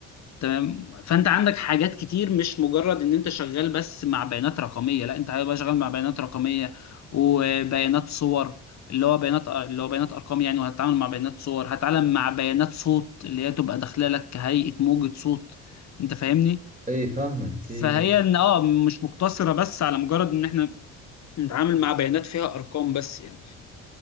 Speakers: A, on the left; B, on the right.
A: تمام فانت عندك حاجات كتير مش مجرد ان انت شغال بس مع بيانات رقميه لا انت هيبقى شغال مع بيانات رقميه وبيانات صور اللي هو بيانات اللي هو بيانات ارقام يعني وهتتعامل مع بيانات صور هتتعامل مع بيانات صوت اللي هي تبقى داخله لك كهيئه موجه صوت انت فاهمني
B: اي فاهمك اي
A: فهي ان اه مش مقتصره بس على مجرد ان احنا نتعامل مع بيانات فيها ارقام بس يعني